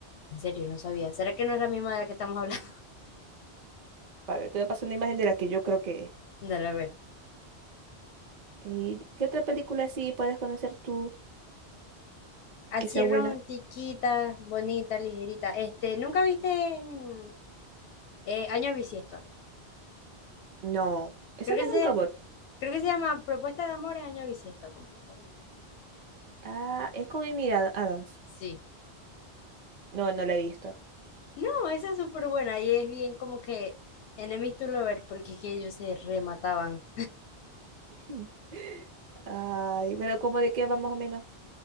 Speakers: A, on the left; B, on the right.
A: En serio, no sabía. ¿Será que no es la misma de la que estamos hablando?
B: A ver, te voy a pasar una imagen de la que yo creo que es.
A: <laughs> Dale, a ver.
B: ¿Y qué otra película así puedes conocer tú
A: Así
B: que sea
A: romantiquita,
B: buena?
A: bonita, ligerita. Este, ¿nunca viste mm, eh, Año Bisiesto?
B: No, esa
A: Creo
B: no
A: que
B: es
A: sí.
B: de un robot.
A: Creo que se llama Propuesta de amor en año bisiesto completo. algo así.
B: Ah, es con Amy Ad- Adams.
A: Sí.
B: No, no la he visto.
A: No, esa es súper buena y es bien como que enemies to lovers porque es que ellos se remataban.
B: <laughs> Ay, pero ¿cómo de qué va más o menos?